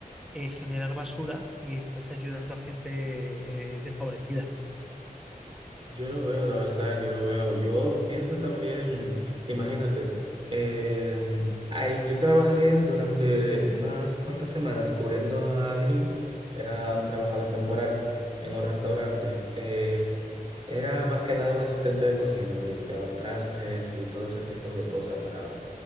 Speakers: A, in the centre; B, on the right.
A: eh, generar basura y estás ayudando a gente eh, desfavorecida.
B: Yo lo veo, la verdad, yo lo veo. Yo pienso también, imagínate, en- ahí yo trabajé durante unas cuantas semanas cubriendo a alguien, era un trabajador temporal en un restaurante. eh, era más que nada un asistente de cocina, limpiaba trastes y todo ese tipo de cosas para